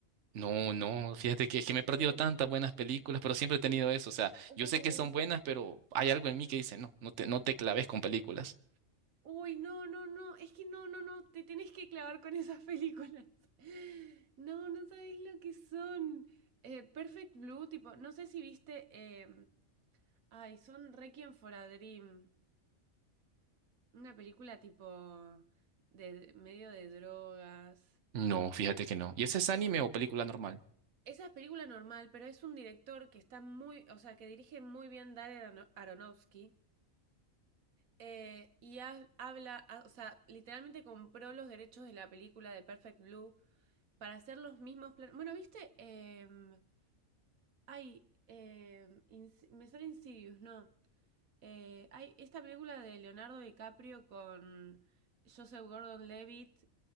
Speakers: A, on the right (about 60°); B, on the right (about 90°).
A: No, no, fíjate que es que me he perdido
B: Uh,
A: tantas buenas películas, pero siempre he tenido eso. O sea,
B: uh.
A: yo sé que son buenas, pero hay algo en mí que dice, no, no te, no te claves con películas.
B: Uy, no, no, no, es que no, no, no, te tenés que clavar con esas películas. <laughs> No, no sabéis lo que son. Eh, Perfect Blue, tipo, no sé si viste, eh, ay, son Requiem for a Dream, una película tipo de de- medio de drogas.
A: No, fíjate que no. ¿Y ese es anime o película normal?
B: Esa es película normal, pero es un director que está muy, o sea, que dirige muy bien Darren Arono- Aronofsky. eh, y ha- habla, ha- o sea, literalmente compró los derechos de la película de Perfect Blue para hacer los mismos planos. Bueno, viste, Em, hay, em, Ins- me sale Insidious, no. Eh, hay esta película de Leonardo DiCaprio con Joseph Gordon-Levitt